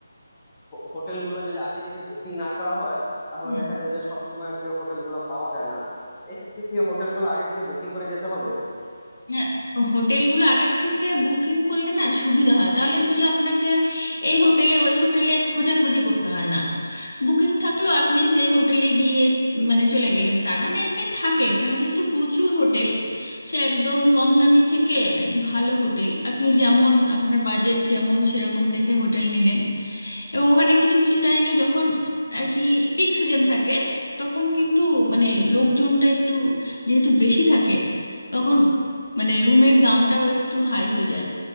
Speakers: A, on the left; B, on the left.
A: হোটেল গুলো যদি আগে থেকে বুকিং না করা হয় তাহলে
B: হুম
A: দেখা যায় যে সব সময় আর কি হোটেল গুলা পাওয়া যায় না এক্ষেত্রে কি হোটেল গুলো আগে থেকে বুকিং করে যেতে হবে
B: হ্যাঁ, হোটেলগুলো আগের থেকে বুকিং করলে না সুবিধা হয় তাহলে গিয়ে আপনাকে এই হোটেলে ওই হোটেলে খোঁজাখুঁজি করতে হয় না বুকিং থাকলো আপনি সেই হোটেলে গিয়ে মানে চলে গেলেন তা নাহলে এমনি থাকে ওখানে যেহেতু প্রচুর হোটেল সে একদম কম দামি থেকে এক ভালো হোটেল আপনি যেমন আপনার বাজেট যেমন সেরকম দেখে হোটেল নিলেন এবং ওখানে কিছু কিছু টাইমে যখন আর কি পিক সিজন থাকে তখন কিন্তু মানে লোকজনটা একটু যেহেতু বেশি থাকে তখন মানে রুমের দামটাও একটু হাই হয়ে যায়